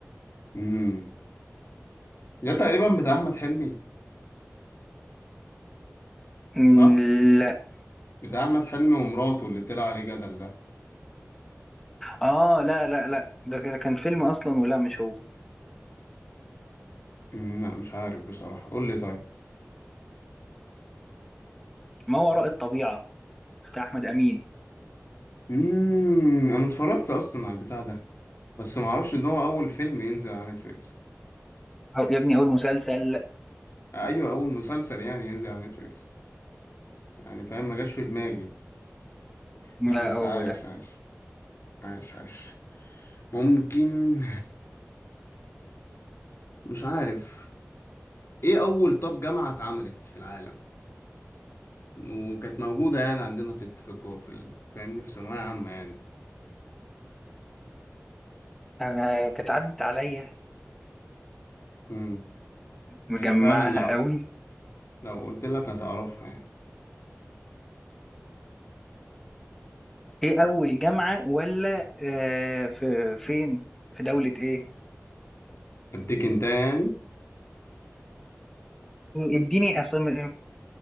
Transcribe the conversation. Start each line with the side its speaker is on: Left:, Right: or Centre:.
Left: امم ده تقريبا بتاع احمد حلمي
Centre: مم،
Left: صح؟
Centre: لا
Left: بتاع احمد حلمي ومراته اللي طلع عليه جدل ده
Centre: اه لا لا لا ده ده كان فيلم اصلا ولا مش هو
Left: مم، لا مش عارف بصراحة قول لي طيب
Centre: ما وراء الطبيعة بتاع احمد امين
Left: امم انا اتفرجت اصلا على البتاع ده بس معرفش ان هو اول فيلم ينزل على نتفليكس
Centre: هو- يا ابني اول مسلسل
Left: ايوه اول مسلسل يعني ينزل على نتفليكس يعني فاهم ما جاش في دماغي لا
Centre: لا
Left: بس
Centre: هو
Left: عايش
Centre: ده
Left: عايش عايش عايش ممكن مش عارف ايه اول طب جامعة اتعملت في العالم وكانت موجودة يعني عندنا في في الجو- في ال- فاهمني في ثانوية عامة يعني
Centre: انا كانت عدت عليا
Left: امم
Centre: مجمعها
Left: هي فعلا لو
Centre: قوي
Left: لو قلت لك هتعرفها يعني
Centre: ايه اول جامعة ولا آه في فين في دولة ايه
Left: اديك انت يعني
Centre: اديني اسم